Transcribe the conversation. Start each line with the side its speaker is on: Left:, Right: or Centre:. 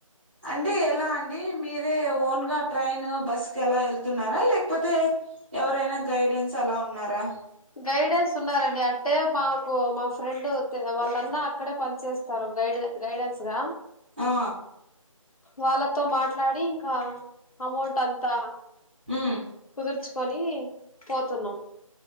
Right: అంటే ఎలా అండి మీరే ఓన్ గా ట్రైన్ బస్ అలా వెళ్తున్నారా లేకపోతే ఎవరైనా గైడెన్స్ అలా ఉన్నారా
Left: గైడెన్స్ ఉన్నారండి అంటే మాకు మా ఫ్రెండ్ తె వాళ్ళ అన్న ఇక్కడ పని చేస్తారు గైడె గైడెన్స్ గా
Right: ఆ
Left: వాళ్ళతో మాట్లాడి ఇంకా అమౌంట్ అంతా
Right: ఉ
Left: కుదుర్చుకొని పోతున్నాం